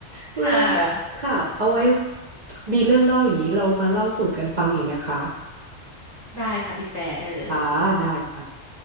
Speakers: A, on the right; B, on the right.
A: เอ้ย
B: ค่ะ
A: ค่ะ เอาไว้มีเรื่องเล่าอย่างนี้เรามาเล่าสู่กันฟังอีกนะคะ
B: ได้ค่ะพี่แต่ได้เลย
A: ค่ะได้ค่ะ